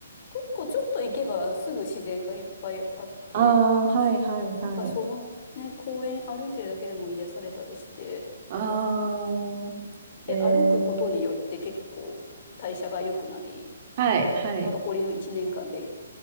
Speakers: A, on the left; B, on the right.
A: 結構ちょっと行けばすぐ自然がいっぱいあって、
B: ああ、はい、
A: うん、
B: はい、
A: なんかそのね、
B: はい。
A: 公園歩いてるだけでも癒されたりして、
B: あ
A: うんで、
B: あ、えー、
A: 歩くことによって結構代謝が良くなり、
B: はい、はい。
A: ワーホリの1年間で